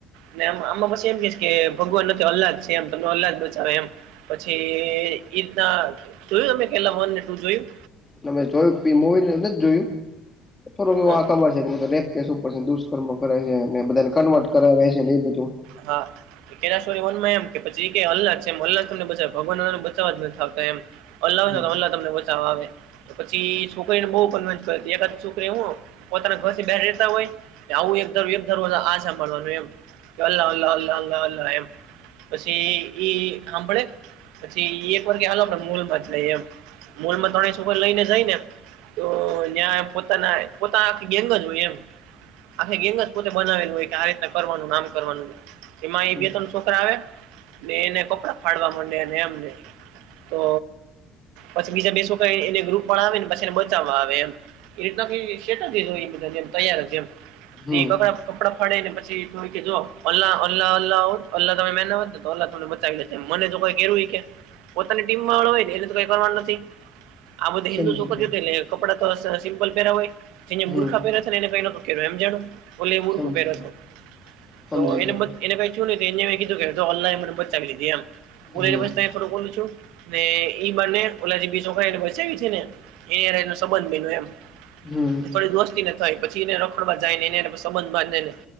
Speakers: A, on the right; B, on the left.
A: ને આમાં આમાં પશી એમ કેસ કે ભગવાન નથ અલ્લાદ છે એમ, તમને અલ્લાદ બચાવે એમ. પછી એ ઈતના જ તમે કેરલા વન ને ટુ જોયું?
B: તમે જોય ફ્રિમોનો હોય એટલે નથ જોયું. થોડું
A: હ
B: આ કબર શે કે ઈતો રૅપ કેસ ઉપર શે ડુષ્કર્મ કરે હે ને એબધાને કન્વર્ટ કરાવે સે એ બધું.
A: હં. કેરલા સ્ટોરી વનમાં એમ કે પચી એક અલ્લાહ છે એમ અલ્લાહ જ તમને બચાવે ભગવાનને બચવા જ નથી થતા એમ. અલ્લા હોય
B: હમ
A: ને તો અલ્લા તમને બચાવા આવે તો પછી છોકરીને બોવ કનવેન્સ કરે એકાદિ છો એવું પોતાના ઘરથી બાઈર રેતા હોય, ને આવુ એકધારું એકધારું અને આજ હાભળવાનું રે એમ. ગ લ લ લ લ લ એમ! પશી ઈ હામ્ભળે પછી ઈ એકવાર કે હાલો આપડે મોલમાં જાયે એમ. મોલમાં ત્રણેઅ છોકરીયુ લઈને જાઈ ને તો ન્યા પોતાના પોતા આખી ગેંગ જ હોય એમ. આખી ગેંગ જ પોતે બનાવેલ હોય કે આ રીતના કરવાનું આમ કરવાનું ન એમાં ઈ
B: હમ
A: બેતન શો છોકરા આવે ને એને કપડા ફાડવા માડે અને એમને તો ઓમ પસી બે શોકરા એ બીજા એને ગ્રુપ પણ આવીને આવીને પસી એને બચાવ આવે એમ. એવી રીત ના સેટ જ હોય. તૈયાર જ એમ.
B: હમ
A: ઈ કપડા કપડા ફાડી ને પછી તુ ઈકે જો અલા અલ્લા અલાહો અલ્લા તમે માયના હોતને તો અલ્લા તમને બચાવી લેત. મને જો કોઈ કેરુ ઈકે પોતાની ટીમ વાળો હોય ને એને તો કઈ કરવાનું નથી. આ બધી
B: સમજી
A: હિન્દુ છોકરીયુ
B: ગયો
A: હતી એટલે કપડા તો સ સિમ્પલ પેયરા હોય! જેનયે
B: હમ
A: બુરખા પેયરા એને કઈ નતુ કેયરુ હેમજાણુ ઓલીયે બુરખો
B: સમજી
A: પેયરા
B: ગયો સમજી
A: તો એને
B: ગયો
A: બત એને થ્યુ ને તો એનયે તો કિધુ કે જો અલ્લા એ મને બચાવી લીધી એમ.
B: હું.
A: થોડુંક ઓલુ થ્યુ ને ઈબાને ઓલાજી બીસોફાએડમા છેને છીને એ એનો સંબંધ બયનો એમ.
B: હમ હમ
A: થોડી દોસ્તીને થાય પછી એને રખડવા જાય ને, એને એને સંબંધ બાંધેને.